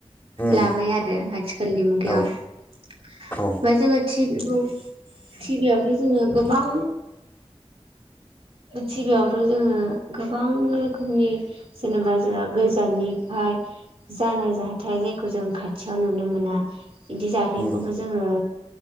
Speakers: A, on the left; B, on the right.
A: उम
B: लाबाय आरो आथिखालनि मुगायाव
A: औ
B: ओफ्राय
A: औ
B: जोंङो टि टिभि आव थ जोंङो गोबां थिबियावथ जोंङो गोबां रोखोमनि जेनेबा जोंहा गोजान निफ्राय जानाय जाथाय जायखौ जों खाथियाव नुनो मोना बिदि जाथायखौबो
A: उम
B: जोंङो